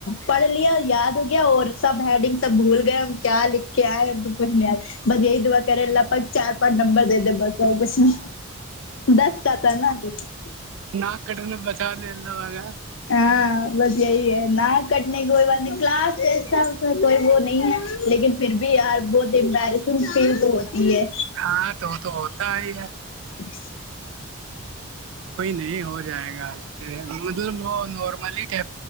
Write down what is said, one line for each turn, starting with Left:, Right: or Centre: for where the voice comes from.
Left: پڑھ لیا یاد ہو گیا اور سب ہیڈنگ سب بھول گیا <unintelligible> کیا لکھ کےئے ہے ا گپن میں <unintelligible> بے یہ د کر لگ پگ چار پانچ نمبر دے دے بس کچھ نہیں <unintelligible> دس کتا نہ <unintelligible>
Right: نا کٹرین بچا ل اللہوگ <unintelligible>
Left: ہاں بت یہی ہے ناک کٹنے کی کوئی بات نہیں کلاس ایسا کوئی وہ نہیں ہے لیکن پھر بھی یار بہت امبیرسنگ فیل تو ہوتی ہے
Right: ہاں تو تو ہوتا ہی
Left: ج <unintelligible>
Right: کوئی نہیں ہو جائے گا مطلب وہ نارمل ہی ٹے